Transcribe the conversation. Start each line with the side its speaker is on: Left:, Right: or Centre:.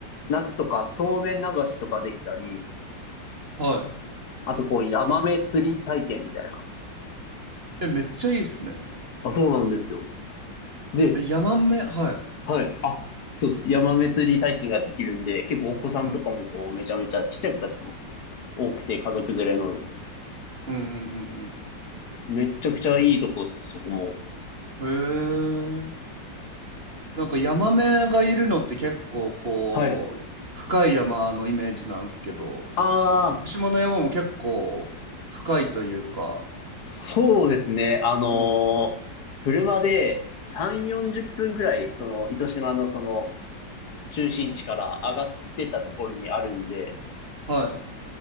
Left: 夏とかそうめん流しとかできたり、
Right: はい。
Left: あとこう、ヤマメ釣り体験みたいな。
Right: え、めっちゃいいっすね。
Left: あ、そうなんですよ。で、
Right: ヤマメ、はい。
Left: はい。あ、そうです。山祭り体験ができるんで、結構お子さんとかもこう、
Right: うん。
Left: めちゃめちゃ、ちっちゃい子たちも多くて、家族連れの、
Right: うんうんうん
Left: めっちゃくちゃいいとこです、そこも。
Right: うん。へえ。なんかヤマメがいるのって結構こう、
Left: はい。
Right: 深い山のイメージなんですけど、
Left: ああ、
Right: 糸島の山も結構深いというか、
Left: そうですね。あのー車で3、
Right: うん。
Left: 40分ぐらい、その、糸島のその、中心地から上がってったところにあるんで、
Right: はい。